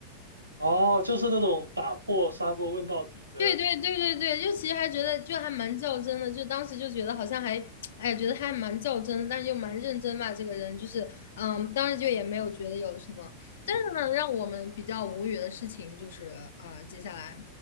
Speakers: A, on the right; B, on the left.
A: 哦，就是那种打破砂锅问到底的。
B: 对对对对对，就其实还觉得就还蛮较真的，就当时就觉得好像还，<tsk> 哎呀觉得他还蛮较真的但是又蛮认真吧，这个人就是，嗯，当时就也没有觉得有什么。但是呢，让我们比较无语的事情就是，啊、接下来，